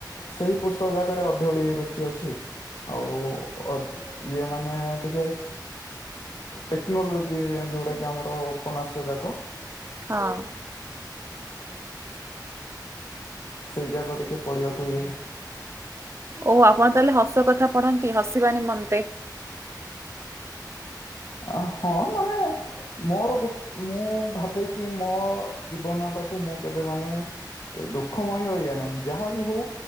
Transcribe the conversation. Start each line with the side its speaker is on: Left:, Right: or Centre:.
Left: ସେଇ ପୁସ୍ତକ ଜାକାରେ ଅଧିକ ଟିକେ ରୁଚି ଅଛି ଆଉ ଇଏ ମାନେ ଟିକେ ଟେକ୍ନୋଲୋଜି ଯୋଉଟା କିି ଆମର ଉପନ୍ୟାସ ଯାକ
Right: ହଁ।
Left: ସେଇ ଯାକ ଟିକେ ପଢିବାକୁ ଇଏ
Right: ଓ ଆପଣ ତାହେଲେ ହସ କଥା ପଢନ୍ତି ହସିବା ନିିମନ୍ତେ
Left: ଅ ହଁ ମାନେ ମୋର ଗୋ ମୁଁ ଭାବେକିି ମୋ ଜୀବନତାକୁ ମୁଁ କେବେ ମାନେ ଦୁଃଖମୟ ଇଏ ନାହିଁ ଯାହା ବିି ହଉ